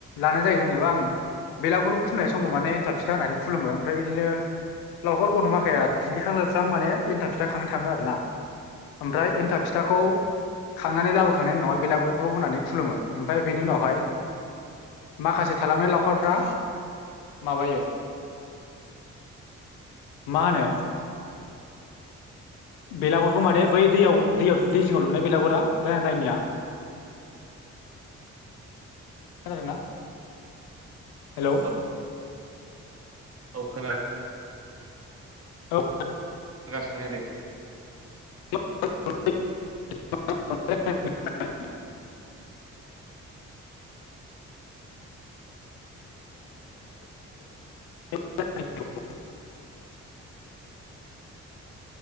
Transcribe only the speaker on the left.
लानाय जायो जेनेबा ओम। बेलागुरखौ खुलुमनाय समाव माने एन्थाब फिथा होननानै खुुलुमो ओमफ्राय बिदिनो लावखार गथ'माखाया दुगैखां लोबस्रां माने एन्थाब फिथा खांनो थाङो आरोना। ओमफ्राय एन्थाब फिथाखौ खांनानै लाबोखांनायनि उनावा बेलागुरखौ होनानै खुलुमो। ओमफ्राय बेनि उनावहाय माखासे थालांनाय लावखारफ्रा माबायो मा होनो बेलागुरखौ माने बै दैयाव दैयाव दै जिङाव लुनाय बेलागुरा राङा दायनिया
खोनादों ना? हेलौ
औ
<unintelligible> <unintelligible>